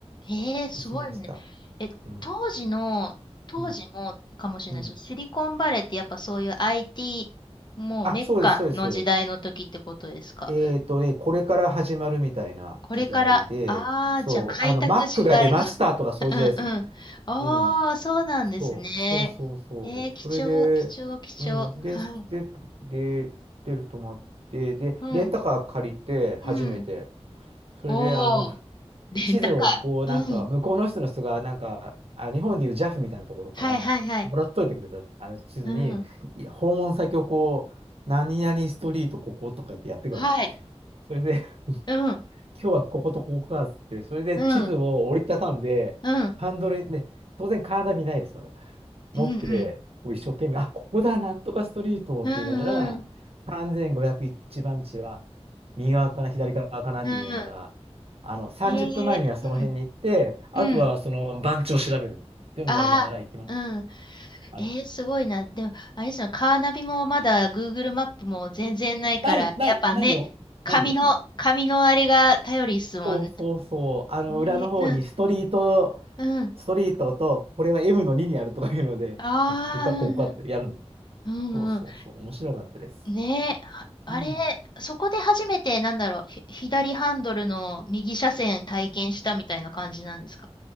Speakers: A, on the left; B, on the right.
A: ええすごいね。
B: 行きました。
A: え、
B: うん。
A: 当時の、当時もかもしれないですけど、
B: うん。うん。
A: シリコンバレーってやっぱそういう IT、もうメッカの時代の時ってことですか。
B: あ、そうです、そうです。えっとね、これから始まるみたいな時代で、
A: これから、ああ、
B: そう、
A: じゃあ開拓しがいが。
B: あの、Mac が出ましたとかそういう時代です。
A: <laughs> うんうん。ああ、
B: うん。
A: そうなんですね。
B: そう、そうそうそう。
A: えー、貴重、
B: それで、
A: 貴重、貴重。
B: うん。で、
A: はい。
B: で、で、ホるとまって、で、
A: うん。
B: レンタカー借りて、初めて。
A: うん。
B: それで、
A: おお、
B: あの、<laughs>
A: レンタカー。
B: 地図をこう、なんか、
A: うん
B: 向こうの人の人が、なんか、あ、日本でいう JAF みたいなところから、
A: はいはいはい。
B: もらっといてくれた、あの地図に、
A: うん。
B: い訪問先をこう、何々ストリートこことかやってやってくわけ。
A: はい。
B: それで、<laughs>
A: うん。
B: 今日はこことここかっつって、それで地図を折りたたんで、
A: うん。うん。
B: ハンドルに、ね、当然カーナビないです、まだ。持って、
A: うんうん。
B: こう一生懸命、あ、ここだ、なんとかストリートって言いながら、
A: うんうん。
B: 3501番地は右側かな、左側かなって言いながら、
A: うんうん。
B: あの、30分前にはその辺に行って、
A: ええうん。
B: あとはその番地を調べるっていうのをやりながら行きます。
A: うん。ああ。うん。
B: はい。
A: ええすごいな。でも、あれですよ、カーナビもまだ Google マップも全然ないから、
B: ない、ない、
A: やっぱね、
B: ないよ。
A: 紙の、
B: ないよ。
A: 紙のあれが頼りっすもんね。
B: そうそうそう。あの、
A: ええうん。
B: 裏の方にストリート、
A: うん。
B: ストリートと、これは M の2にあるとかいうので、
A: ああ、
B: ここか、ここかってやるの。
A: うんうん。
B: そうそうそう。
A: うんうん
B: 面白かったです。
A: ねえ、ああれ、
B: うん。
A: そこで初めて、なんだろう、ひ左ハンドルの右車線体験したみたいな感じなんですか